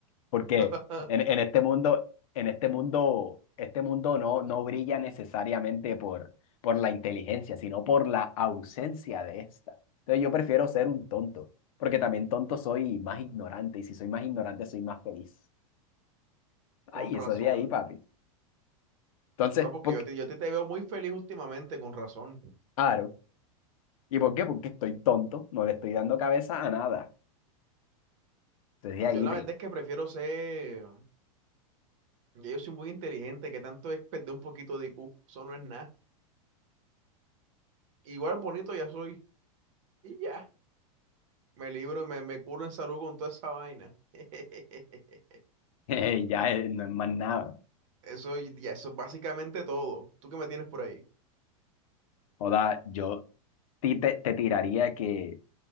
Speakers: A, on the left (about 70°); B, on the right (about 60°).
A: Porque
B: <laughs>
A: en, en este mundo, en este mundo, este mundo no, no brilla necesariamente por, por la inteligencia, sino por la ausencia de esta. Entonces yo prefiero ser un tonto, porque también tonto soy más ignorante, y si soy más ignorante soy más feliz.
B: Con
A: Ay,
B: razón.
A: eso es de ahí, papi. Entonces,
B: No, porque
A: ¿por
B: yo,
A: qué?
B: te- yo te, te veo muy feliz últimamente, con razón.
A: Claro. ¿Y por qué? Porque estoy tonto, no le estoy dando cabeza a nada. Entonces
B: Yo
A: de ahí,
B: la
A: tri.
B: verdad es que prefiero ser. ya Yo soy muy inteligente, que tanto es perder un poquito de IQ. Eso no es nada. Igual bonito ya soy. Y ya. Me libro y me, me curo en salud con toda esa vaina. <laughs>
A: <laughs> Ya eh, no es más nada.
B: Eso ya, eso es básicamente todo. ¿Tú qué me tienes por ahí?
A: Joda, yo ti- te, te tiraría que